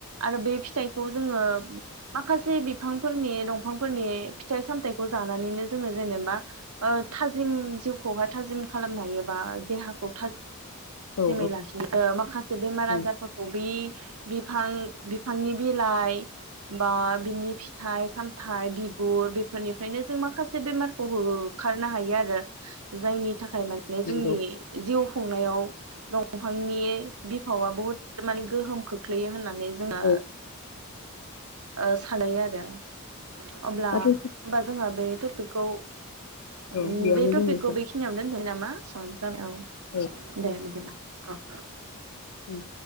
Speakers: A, on the right (about 80°); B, on the left (about 80°).
A: आरो बे फिथाइखौ जोङो माखास से बिफांफोरनि दंफां फोरनि फिथाइ सामथखौ जानानैनो जोङो जेनेबा ओ‌ थाजिम जिउखौहाय थाजिम खालामनो हायो बा देहा अ था
B: औ नंगौ औ
A: जिमै‌ लाखिनो माखासे बेमार
B: औ
A: आजारफोरखौ बे बिफां बिफांनि बिलाइ बा बिनि फिथाइ सामथाइ बि गुर बेफोरनिफ्रायनो जों माखासे बेमारखौ होखारनो हायो आरो जायनि थाख थाखाय माने
B: नंगौ
A: जोंनि जिउ खुंनायाव <unintelligible> आंनि बिफावा बुहुद माने गोहोमखो खोख्लैयो होननानै जोङो
B: औ
A: ओ सानै आरो अब्ला
B: दाथ'
A: होमबा जोंहा बे टपिकखौ
B: औ
A: उम
B: बेयावनो
A: बे
B: दोननोसै
A: टपिकखौ
B: आं
A: बेखिनियावनो दोनथ'नि नामा? <unintelligible>
B: औ
A: <unintelligible> दे बिदिब्ला अ।
B: उम